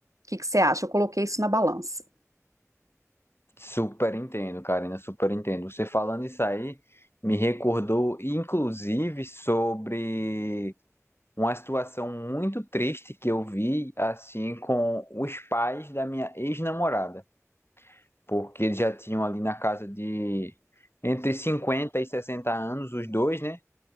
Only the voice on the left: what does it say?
Super entendo, Karina, super entendo. Você falando isso aí me recordou, inclusive, sobre uma situação muito triste que eu vi, assim, com os pais da minha ex-namorada, porque eles já tinham ali na casa de entre 50 e 60 anos, os dois, né?